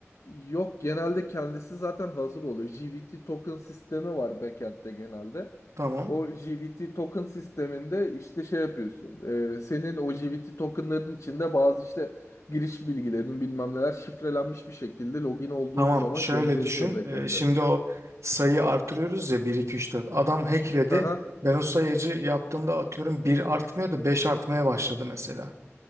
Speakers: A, on the left; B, on the right.
A: Yok genelde kendisi zaten hazır oluyor. JWT token sistemi var backend'de genelde.
B: Tamam.
A: O JWT token sisteminde işte şey yapıyorsun. Ee, senin o JWT tokenların içinde bazı işte giriş bilgilerin bilmem neler şifrelenmiş bir şekilde login olduğun
B: Tamam
A: zaman
B: şöyle
A: gönderiliyor
B: düşün.
A: backend'e.
B: Ee, şimdi o sayı artırıyoruz ya bir 2 3 4. Adam hackledi.
A: Hı hı,
B: Ben o sayacı yaptığımda atıyorum bir artmıyor da 5 artmaya başladı mesela.